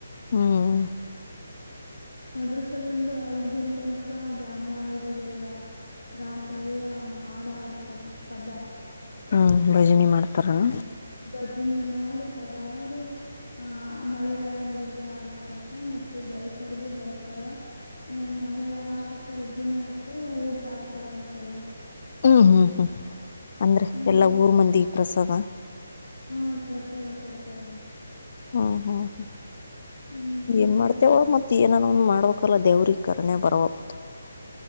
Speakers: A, on the left (about 50°); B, on the left (about 85°).
A: ಹ್ಮ್,
B: ಅದ್ರ ಸಲಂದ ಐದ್ ದಿನ ತನಕ ದ್ಯಾಮಾಹಿ ಗುಡಾಗ ರಾತ್ರೆ ಎಲ್ಲಾ ಆಡ ಆಡ್ತಾರ ಪದಾ
A: ಹ್ಮ್, ಭಜನೆ ಮಾಡ್ತಾರನ
B: ಭಜನೆ ಮಾಡಿ ಪದಾಡಿ ಆ ಮಳೆ ರಾಯನ್ ಬಗ್ಗೆ ಆಡ್ತಾರ ಮತ್ತೆ ಬೆಳ್ಕರ್ದು ಬರ್ತಾರ ನಾಳೆ ಲಾಸ್ಟ್ ಅಕ್ಕ ಐದ್ದಿನ ಆಯ್ತು ಊಟ ಆಕ್ತಾರಂತಲ್ಲಾ.
A: ಹ್ಮ್, ಹ್ಮ್ ಹ್ಮ್ ಅಂದ್ರೆ
B: ಹ್ಮ್
A: ಎಲ್ಲಾ ಊರ್ ಮಂದಿ ಪ್ರಸಾದ
B: ಹಾ, ಪ್ರಸಾದ ಕೊಡ್ತಾರ.
A: ಹ್ಮ್, ಹ್ಮ್ ಹ
B: ಹ್ಮ್ ಮತ್ತೆ
A: ಏನ್ ಮಾಡ್ತೇವ
B: ಅಕ್ಕ
A: ಮತ್ತ ಎನರೊಂದ ಮಾಡ್ಬೇಕಲ್ಲ ದೇವ್ರ ಕರುಣೆ ಬರಬೇಕ